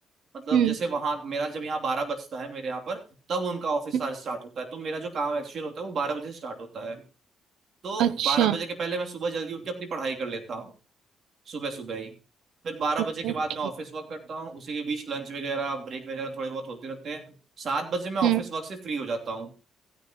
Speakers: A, on the right (about 55°); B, on the right (about 80°).
A: मतलब
B: हम्म
A: जैसे वहां मेरा जब यहाँ बारह बजता है मेरे यहाँ पर तब उनका ऑफिस
B: हम्म,
A: आवर स्टार्ट होता है तो मेरा जो काम एक्चुअल होता है वो बारह बजे से स्टार्ट होता है तो
B: अच्छा
A: बारह बजे के पहले मैं सुबह जल्दी उठ के अपनी पढ़ाई कर लेता हूँ सुबह सुबह ही फिर बारह
B: ओ-
A: बजे के बाद
B: ओके
A: मैं ऑफिस वर्क करता हूँ उसी के बीच लंच वगैरह ब्रेक वगैरह थोड़े बहुत होते रहते हैं सात बजे मैं ऑफिस
B: हम्म
A: वर्क से फ्री हो जाता हूँ